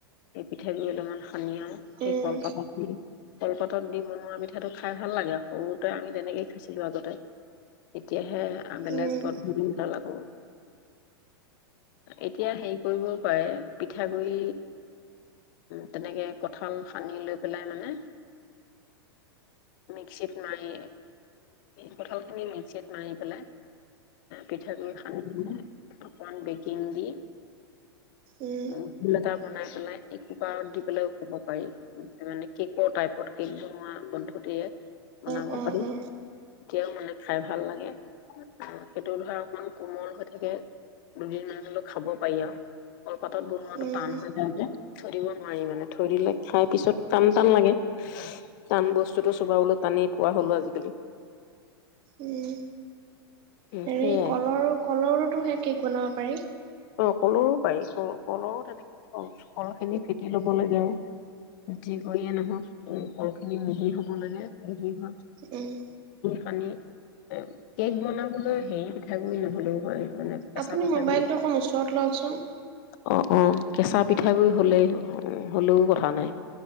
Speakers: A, on the left; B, on the right.
A: সেই পিঠাগু অলপমান সানি আৰু সেই
B: উম
A: কলপাতত দি কলপাতত দি বনোৱা পিঠাটো খাই ভাল লাগে সৰুতে আমি তেনেকেই খাইছিলো আগতে এতিয়াহে বেলেগ
B: উম
A: পদ্ধতি নালাগো এতিয়া হেৰি কৰিব প পিঠাগুড়ি তেনেকৈ কঁঠাল সানি লৈ পেলাই মানে মিক্সিত মাৰি কঁঠালখিনি মিক্সিত মাৰি পেলাই পিঠাগুড়ি সানি পাই অকণমান বেকিং দি
B: উম উম
A: উ ভল এটা বনাই পেলাই এই কুকাৰত দি পেলাইও খাব পাৰি মানে কেকৰ টাইপত কেক বনোৱা পদ্ধতিৰে বনাব
B: উম
A: পাৰি
B: উম
A: এতিয়াও
B: উম
A: মানে খাই ভাল লাগে আহ সেইটো ধৰা অকমান কোমল হৈ থাকে দুদিন মানলৈ খাব পাৰি আৰু। কলপাতত বনোৱাটো
B: উম
A: টান হৈ যায় যে থৈ দিব নোৱাৰি মানে থৈ দিলে খাই পিছত টান -টান লাগে টান বস্তুতটো চোবাবলৈ টানেই পোৱা হলো আজিকালি।
B: উম
A: উম
B: হেৰি
A: সেয়াই
B: কলৰ - কলৰো হে কেক বনাব পাৰি।
A: অ ক'লোৰো পাৰি ক কলৰো তেনেকে কল খিনি ফেটি লব লাগে আৰু যি কৰিয়ে নহক কল খিনি মিহি হব লাগে মিহি হোৱাৰ পিছত
B: উম।
A: পানী এ কেক বনাবলৈ হেৰি পিঠাগুৰি নহ'লেও হয় মানে। কেঁচা
B: আপুনি
A: পিঠাগুৰি
B: মবাইলটো ওকন ওচৰত ৰত লগচোন।
A: অ অ কেঁচা পিঠাগুৰি হলেই হলেও কথা নাই।